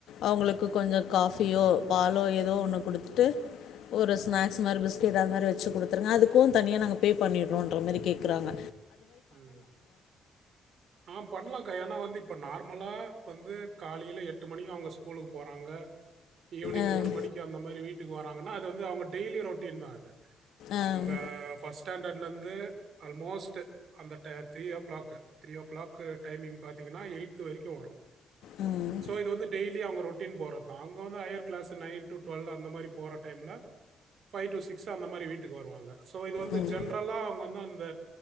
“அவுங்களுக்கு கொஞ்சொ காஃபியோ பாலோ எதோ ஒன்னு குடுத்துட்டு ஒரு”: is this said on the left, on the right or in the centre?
Left